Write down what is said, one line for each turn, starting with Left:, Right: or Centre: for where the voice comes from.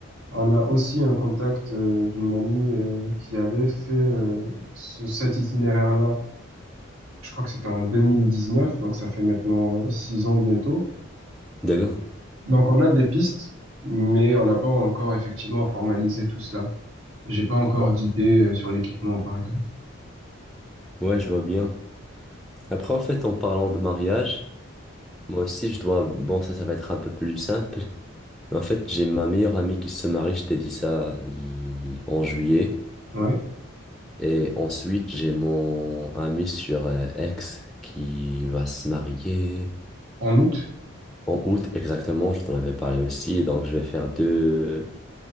Right: On a aussi un contact euh, d'une amie euh, qui avait fait euh, ce, cet itinéraire-là. Je crois que c'était en 2019, donc ça fait maintenant euh, six ans bientôt.
Centre: D'accord?
Right: Donc on a des pistes, mais on n'a pas encore effectivement formalisé tout cela. J'ai pas encore
Centre: Ouais,
Right: d'idée euh, sur l'équipement, par exemple.
Centre: Ouais, je vois bien. Après, en fait, en parlant de mariage, moi aussi, je dois... Bon, ça, ça va être un peu plus simple. Mais en fait, j'ai ma meilleure amie qui se marie, je t'ai dit ça l- en juillet.
Right: Ouais.
Centre: Et ensuite, j'ai mon ami sur euh, X qui va se marier
Right: En août.
Centre: en août exactement, je t'en avais parlé aussi. Donc, je vais faire deux,